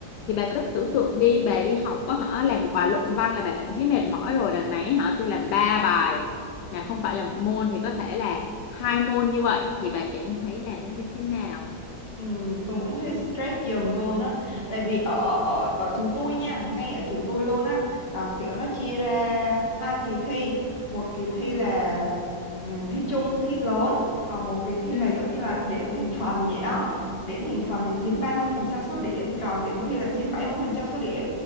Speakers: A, on the left; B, on the left.
A: Thì bà
B: Ồ.
A: cứ tưởng tượng đi, bà đi học có hả, làm một bài luận văn là bà đã thấy mệt mỏi rồi, đằng này hả, tôi làm ba bài mà không phải là một môn thì có thể là hai môn như vậy thì bà cảm thấy là nó như thế nào?
B: Ừ, tôi cũng thấy stress giùm luôn á tại vì ở ở ở trường tôi nha ngay ở trường tôi luôn á là kiểu nó chia ra hai kỳ thi một kỳ thi là ừ, thi chung thi lớn còn một kỳ thi
A: Ừ.
B: là giống như là điểm thành phần vậy đó điểm thành phần thì chiếm 30% số điểm còn điểm thi là chiếm 70% số điểm